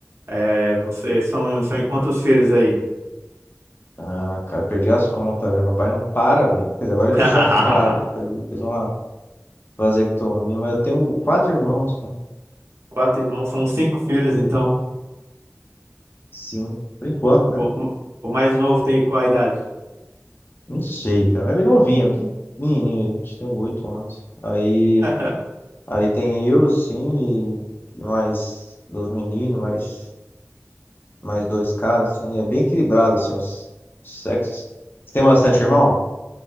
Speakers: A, on the right; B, on the left.
A: É, vocês são, são em quantos filhos aí?
B: Ah, cara, perdi as contas já. Meu pai não para, velho. Quer dizer, agora ele
A: <laughs>
B: fechou a fábrica, ele fez uma vasectomia, mas eu tenho quatro irmãos, cara.
A: Quatro irmãos, são cinco filhos, então.
B: Sim, por enquanto, né?
A: O, o mais novo tem qual a idade?
B: Não sei, cara. Mas é bem novinho, que menininho, a gente tem oito anos. Aí,
A: <laughs>
B: aí tem eu, sim, e mais dois meninos, mais, mais dois caras, assim. É bem equilibrado, assim, os os sexos. Você tem bastante irmão?